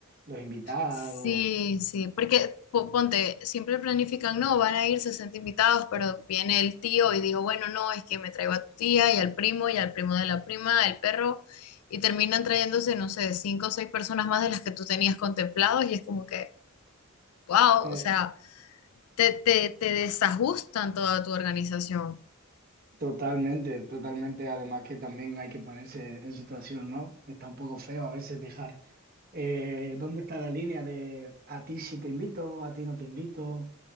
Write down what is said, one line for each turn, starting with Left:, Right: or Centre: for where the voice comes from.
Right: Los invitados.
Left: Sí, sí, porque po- ponte, siempre planifican, no, van a ir 60 invitados, pero viene el tío y dijo, bueno, no, es que me traigo a tu tía y al primo y al primo de la prima, el perro, y terminan trayéndose, no sé, cinco o seis personas más de las que tú tenías contemplados y es como que, wow,
Right: te-
Left: o sea, te, te, te desajustan toda tu organización.
Right: totalmente, totalmente. Además que también hay que ponerse en situación, ¿no? Está un poco feo a veces dejar eh, ¿dónde está la línea de a ti sí te invito, a ti no te invito,